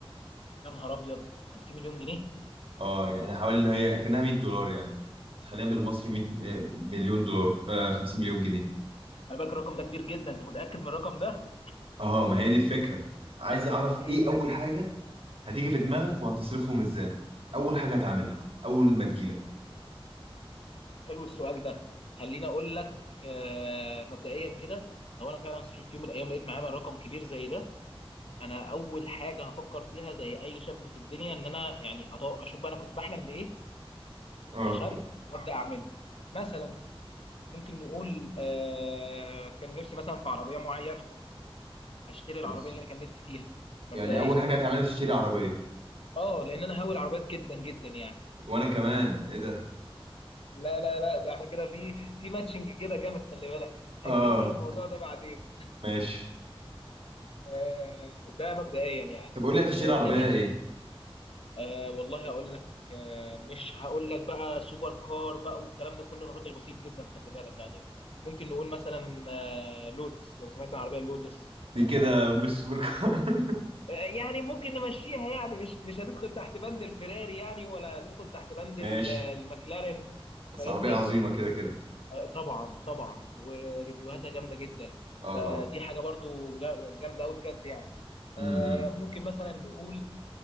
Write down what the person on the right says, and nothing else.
اه يعني حوالي اللي هي كانها 100 دولار يعني خلينا بالمصري 100 آه، مليون دولار آه 50 مليون جنيه
اه ما هي دي الفكره عايز اعرف
ايه اول حاجه هتيجي في دماغك وهتصرفهم ازاي اول حاجه هتعملها اول ما تجيلك
اه
ماشي
يعني اول حاجه هتعملها تشتري عربيه
وانا كمان ايه ده
اه
ماشي
طب قول لي هتشتري
عربيه
ايه
دي كده مش سوبر كار <laughs>
ماشي
بس
عربيه عظيمه كده كده
اه
طبعا
امم